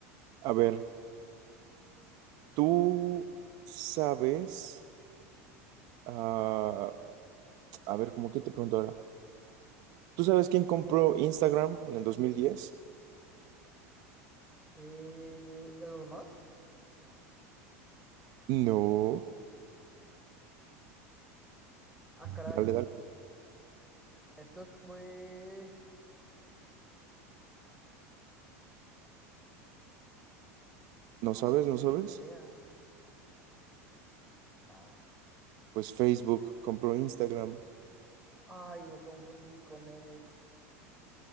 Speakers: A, on the right (about 55°); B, in the centre.
A: A ver, ¿tú sabes? Ah, a ver, ¿cómo que te pregunto ahora? ¿Tú sabes quién compró Instagram en el dos mil diez?
B: Eh, Elon Musk.
A: No.
B: Ah, caray.
A: Dale, dale.
B: Entonces fue.
A: ¿No
B: No,
A: sabes? ¿No sabes?
B: ni idea. No.
A: Pues Facebook compró Instagram.
B: Ay, me confundí con X.